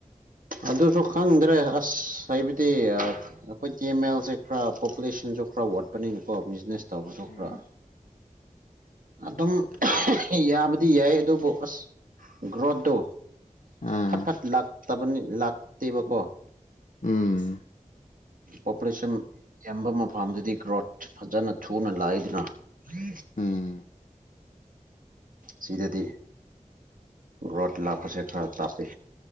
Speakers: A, on the right; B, on the left.
A: ꯑꯗꯨꯁꯨ ꯈꯪꯗ꯭ꯔꯦ ꯑꯁ ꯍꯥꯏꯕꯗꯤ ꯑꯩꯈꯣꯏ ꯀꯦꯃꯦꯜꯁꯦ ꯈꯔ ꯄꯣꯄꯨꯂꯦꯁꯟ ꯁꯨ ꯈꯔ ꯋꯥꯠꯄꯅꯤꯅꯀꯣ ꯕꯤꯖꯤꯅꯦꯁ ꯇꯧꯕꯁꯨ
B: ꯎꯝ
A: ꯈꯔ
B: <unintelligible>
A: ꯑꯗꯨꯝ ꯌꯥꯕꯗꯤ ꯌꯥꯏ ꯑꯗꯨꯕꯨ ꯑꯁ ꯒ꯭ꯔꯣꯠꯇꯣ
B: ꯑꯥ
A: ꯐꯠ ꯐꯠ ꯂꯥꯛ ꯂꯥꯛꯇꯦꯕꯀꯣ
B: ꯎꯝ
A: ꯄꯣꯄꯨꯂꯦꯁꯟ ꯌꯥꯝꯕ ꯃꯐꯝꯗꯗꯤ ꯒ꯭ꯔꯣꯠ ꯐꯖꯅ ꯊꯨꯅ ꯂꯥꯏꯗꯅ ꯎꯝ
B: ꯎꯝ
A: ꯁꯤꯗꯗꯤ ꯔꯣꯠ ꯂꯥꯛꯄꯁꯦ ꯈꯔ ꯇꯥꯞꯄꯤ